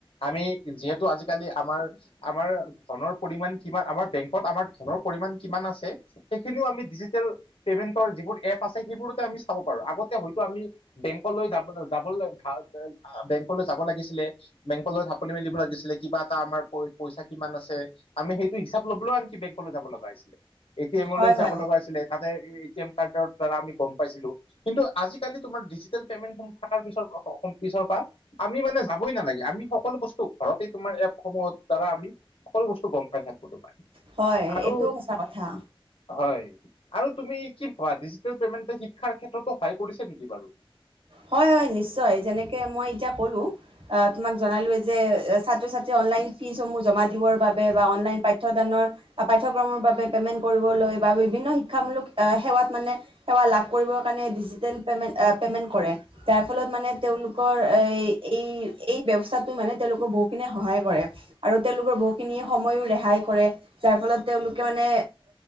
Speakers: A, on the left; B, on the right.
A: আমি যিহেতু আজিকালি আমাৰ আমাৰ ধনৰ পৰিমান কিমান, আমাৰ বেংকত আমাৰ ধনৰ পৰিমান কিমান আছে সেইখিনিও আমি ডিজিটেল পেমেন্টৰ যিবোৰ এপ আছে সেইবোৰতে আমি চাব পাৰোঁ। আগতে হয়তো আমি বেংকলৈ যাবলৈ-যাবলৈ <unintelligible> বেংকলৈ যাব লাগিছিলে বেংকলৈ ঢাপলি মেলিব লাগিছিলে কিবা এটা আমাৰ পইচা কিমান আছে আমি সেইটো হিচাপ লবলৈও আনকি বেংক যাব লগা হৈছিলে এ টি এমলৈ
B: হয় হয়
A: যাব লগা আছিলে তাত এ টি এম কাৰ্ডৰ দ্বাৰা আমি গম পাইছিলো কিন্তু আজিকালি তোমাৰ ডিজিটেল পেমেণ্টসমূহ থকাৰ পিছত পিছৰ পৰা আমি মানে যাবই নালাগে আমি সকলো বস্তু ঘৰতে তোমাৰ এপসমূহৰ দ্বাৰা আমি সকলো বস্তু গম পাই থাকো তোমাৰ
B: হয়
A: আৰু
B: এইটোও সঁচা কথা
A: হয় আৰু তুমি কি ভাবা ডিজিটেল পেমেণ্ট শিক্ষাৰ ক্ষেত্ৰতো সহায় কৰিছে নেকি বাৰু
B: হয় হয় নিশ্চয় যেনেকৈ মই এতিয়া ক'লোঁ অ তোমাক জনালোয়ে যে ছাত্ৰ ছাত্ৰী অনলাইন ফিজসমূহ জমা দিবৰ বাবে বা অনলাইন পাঠ্যদানৰ পাঠ্যক্ৰমৰ বাবে পে'মেণ্ট কৰিবলৈ বা বিভিন্ন শিক্ষামূলক সেৱাত মানে সেৱা লাভ কৰিবৰ কাৰণে ডিজিটেল পেমেণ্ট পে'মেণ্ট কৰে। যাৰ ফলত মানে তেওঁলোকৰ এই এই ব্যৱস্থাটো মানে তেওঁলোকৰ বহুতখিনিে সহায় কৰে আৰু তেওঁলোকৰ বহুতখিনি সময়ো ৰেহাই কৰে যাৰ ফলত তেওঁলোকে মানে